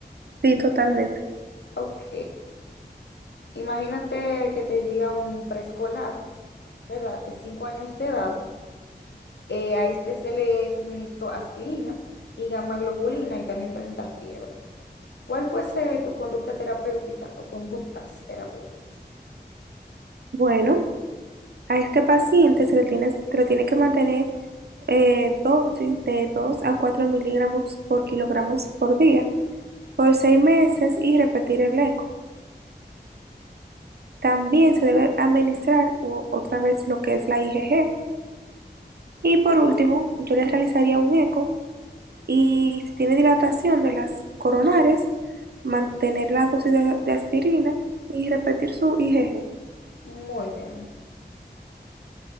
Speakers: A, on the right; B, on the left.
A: sí, totalmente.
B: Ok. Imagínate que te llega un preescolar, ¿verdad? De 5 años de edad. Eh, a este se le suministró aspirina y gamma globulina y también presenta fiebre. ¿Cuál fuese tu conducta terapéutica o conductas terapéuticas?
A: Bueno, a este paciente se le tiene, se le tiene que mantener eh, dosis de 2 a 4 miligramos por kilogramos por día por 6 meses y repetir el eco. También se debe administrar o- otra vez lo que es la IgG. Y por último, yo le realizaría un eco Y si tiene dilatación de las coronarias, mantener la dosis de, de aspirina y repetir su IgG.
B: Muy bien,